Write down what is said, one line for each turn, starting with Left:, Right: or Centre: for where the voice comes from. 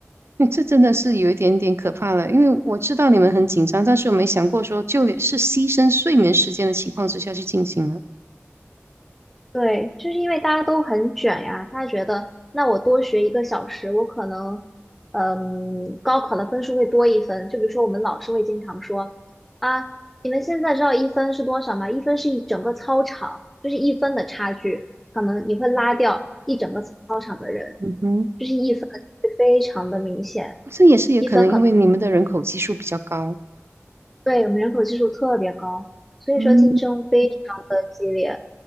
Right: 嗯这真的是有一点点可怕了，因为我知道你们很紧张，但是我没想过说，就连是牺牲睡眠时间的情况之下去进行了。
Centre: 对，就是因为大家都很卷呀，大家觉得那我多学一个小时，我可能，嗯，高考的分数会多一分。就比如说我们老师会经常说，啊，你们现在知道一分是多少吗？一分是一整个操场，就是一分的差距，可能你会拉掉一整个操场的人，
Right: 嗯哼，
Centre: 就是一分的差距非常的明显，
Right: 这也是有可能因为你们的人口基数比较高。
Centre: 一分可对，我们人口基数特别高，所以说竞争非常的激烈。
Right: 嗯